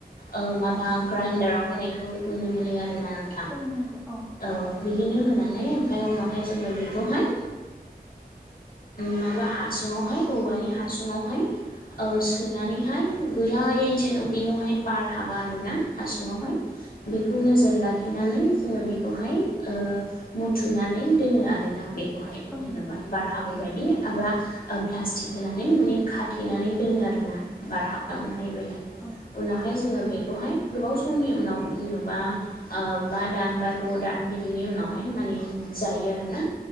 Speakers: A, on the left (about 60°); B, in the centre.
A: ओ माबा ग्राइन्डाराव होनायखौ नुनो मोनो आर ना नोंथां
B: औ नोंग' अ
A: औ बिदिनो होनानै ओमफाय उनावहाय जोङो बेखौहाय माबा हासुङावहाय औवानि हासुङावहाय ओ सोनानैहाय गोरायै जेन' बेयावहाय बार हाबा आर ना हासुङावहाय
B: औ
A: बेखौ नोजोर लाखिनानै जोङो बेखौहाय ओ मुथुनानै दोनो आरोना बेखौहाय
B: औ
A: जेन'बा
B: नंगौ
A: बारहाब बेबायदि
B: औ
A: एबा प्लास्टिक होनानै माने खाथेनानै दोनो आरोना बारहाबलांनो
B: औ
A: हायि बायदि
B: औ
A: उनावहाय जोङो बेखौहाय गोबाव समनि उनाव जेन'बा आ बा दान बा द' दान बिदिनि उनावहाय माने जायो आरोना